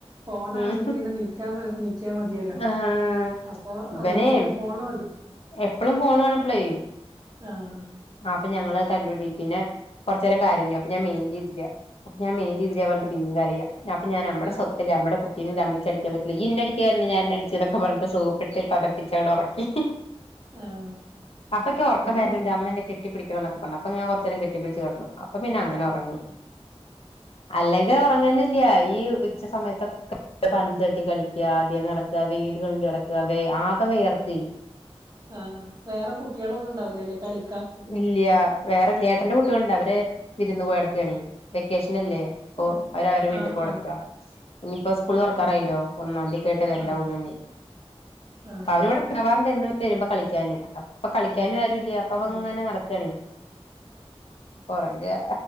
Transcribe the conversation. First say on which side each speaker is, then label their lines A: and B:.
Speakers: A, on the right; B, on the left.
A: ഫോൺ
B: ഉം
A: ആണെങ്കിൽ ഇങ്ങനെ നീക് ക്കാൻ മതി നീക്കിയാ മതിയല്ലോ.
B: ആഹ്
A: അപ്പൊ
B: ഇവനെ
A: അതുകൊണ്ട് ഫോണ് മതി.
B: എപ്പളും ഫോൺ വേണ ഇപ്പളേ.
A: ആഹ്.
B: ആഹ് അപ്പൊ ഞങ്ങള് തല്ലൂടി. പിന്നെ കുറച്ച് നേരം കരഞ്ഞു. അപ്പൊ ഞാൻ മെയിന്റേതില്ല. അപ്പൊ ഞാൻ മൈന്റേതില്ല പറഞ്ഞട്ട് പിന്നിം കരയാ. അപ്പൊ ഞാൻ അമ്മടെ
A: ആഹ്
B: സ്വത്തല്ലേ അമ്മടെ കുട് ട്ടീനെ ഇന്റമ്മക്ക് അടിക്കാൻ പറ്റില്ലെ ഇയ്യ്ന്നെ അടിക്കാറില്ലേ ഞാൻ ഇന്നെ അടിച്ചെന്നൊക്കെ പറഞ്ഞ്ട്ട് സോപ്പിട്ട് പതപ്പിച്ചാട് ഒറക്കി.
A: ആഹ്
B: അപ്പൊ ഇക്ക് ഉറക്കം
A: ഓൻ
B: വരുന്നുണ്ട്
A: ഫുഡ്
B: അമ്മന്നെ കെട്ടിപ്പിടിക്കണം എന്നൊക്കെ പറഞ്ഞു. അപ്പൊ അങ്ങനെ കുറച്ചേരം കെട്ടിപ്പിടിച്ച് കെടന്നു. അപ്പ പിന്നെ അങ്ങനൊറങ്ങി. അല്ലെങ്കി ഒറങ്ങന്നെ ഇല്ല. ഈ ഉച്ച സമയത്തൊക്കെ പന്തട്ടി കളിക്കുക, ആദ്യം നടക്കുക, വെയിൽ കൊണ്ട് നടക്കുക, വേ ആകെ വേയർക്കുവെയ്.
A: ആഹ് വേറെ കുട്ടികളൊന്നും ഉണ്ടാവില്ലല്ലേ കളി
B: ഇല്ല്യാ. വേറെല്ല്യ ഏട്ടന്റെ കുട്ടികളുണ്ട് അവര് വിരുന്ന് പോയടക്കയാണെ. വെക്കേഷൻ അല്ലേ.
A: ആഹ്
B: ഓഹ് അവരവരെ
A: ആഹ്
B: വീട്ടിപ്പോയടക്കാ.
A: ആഹ്
B: ഇഞ്ഞ്പ്പം സ്കൂള്
A: ആഹ്
B: തൊറക്കാറായല്ലോ. ഒന്നാംതീക്കായിട്ടെ വരണ്ടാവുള്ളു
A: ആഹ്
B: ഇനി.
A: ആഹ് ആഹ്
B: അവര് ഇവടെണ്ടാവാറുണ്ട് എന്നും വരുമ്പോ കളിക്കാന്. അപ്പൊ കളിക്കാനും ആരുല്ല അപ്പ അവൻ
A: ആഹ്
B: നടക്കാണി. പൊറകെ